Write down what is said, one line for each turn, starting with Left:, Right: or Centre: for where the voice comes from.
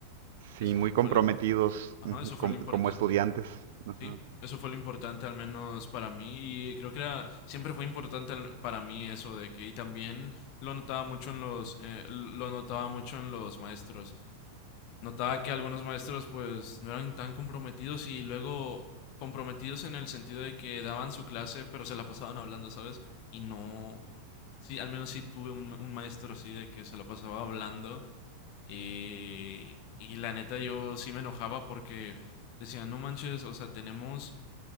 Right: Sí,
Left: Eso
Right: muy comprometidos
Left: fue lo impor- Ajá,
Right: ujú,
Left: eso fue
Right: com-
Left: lo importante.
Right: como estudiantes. Ajá.
Left: Sí, eso fue lo importante al menos para mí y creo que era siempre fue importante al- para mí eso de que y también lo notaba mucho en los eh, lo notaba mucho en los maestros. Notaba que algunos maestros pues no eran tan comprometidos y luego comprometidos en el sentido de que daban su clase, pero se la pasaban hablando, ¿sabes? Y no, sí, al menos sí tuve un, ma- un maestro así de que se la pasaba hablando y, y la neta yo sí me enojaba porque decía, no manches, o sea, tenemos